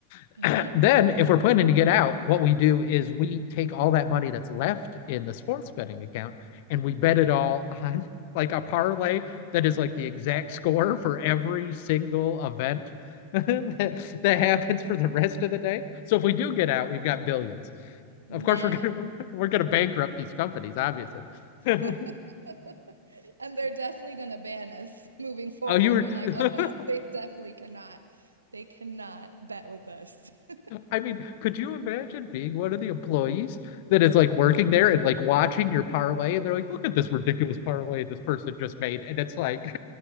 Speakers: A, on the left (about 50°); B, on the right (about 80°).
A: <clears throat>
B: mhm.
A: then, if we're planning to get out, what we do is we take all that money that's left in the sports betting account and we bet it all on like a parlay that is like
B: Yeah.
A: the exact score for every single event <laughs> that, that happens for the rest of the day. So if we do get out, we've got billions.
B: Man.
A: Of course, we're gonna <laughs> we're gonna bankrupt these companies, obviously. <laughs> oh,
B: <laughs> And they're definitely going to ban us <laughs> moving forward.
A: you were.
B: They're like, "Oh no, <laughs>
A: <laughs>
B: they definitely cannot. They cannot bet with us." <laughs>
A: I mean, could you imagine being one of the employees that is like working there and like watching your parlay, and they're like, "Look at this ridiculous parlay this person just made," and it's like,